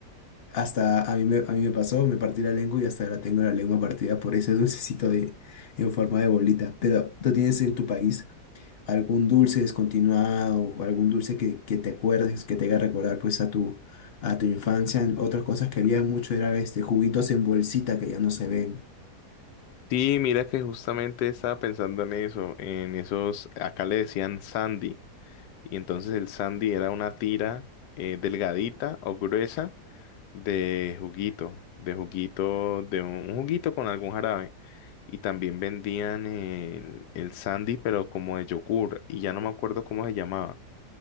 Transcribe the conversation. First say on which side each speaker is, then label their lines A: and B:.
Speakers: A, on the left (about 50°); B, on the left (about 80°).
A: Hasta a mí me, a mí me pasó, me partí la lengua y hasta ahora tengo la lengua partida por ese dulcecito de, en forma de bolita. Pero ¿tú tienes en tu país algún dulce descontinuado o algún dulce que, que te acuerdes, que te haga recordar pues a tu, a tu infancia? Otras cosas que había mucho era este juguitos en bolsita que ya no se ven.
B: Sí, mira que justamente estaba pensando en eso, en esos, acá le decían Sandy. Y entonces el sandy era una tira eh, delgadita o gruesa de juguito, de juguito, de un, un juguito con algún jarabe. Y también vendían el, el sandy, pero como de yogur. Y ya no me acuerdo cómo se llamaba.